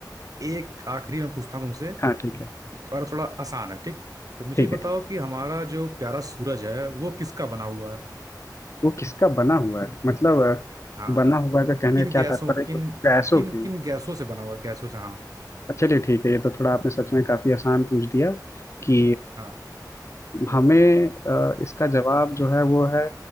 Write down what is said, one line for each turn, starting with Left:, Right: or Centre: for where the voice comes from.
Right: एक आखिरी मैं पूछता हूँ तुमसे
Left: हाँ ठीक है
Right: और थोड़ा आसान है ठीक तो मुझे
Left: ठीक
Right: ये बताओ
Left: है ठीक है।
Right: कि हमारा जो प्यारा सूरज है वो किसका बना हुआ है
Left: वो किसका बना हुआ है मतलब अ,
Right: हाँ
Left: बना हुआ का कहने
Right: किन
Left: का क्या
Right: गैसों
Left: तात्पर्य है
Right: किन
Left: कि उसकी गैसों
Right: किन
Left: की
Right: किन गैसों से बना हुआ है गैसों से हाँ
Left: अच्छा, चलिए ठीक है ये तो थोड़ा आपने सच में काफी आसान पूछ दिया कि
Right: हाँ
Left: हमें अ, इसका जवाब जो है वो है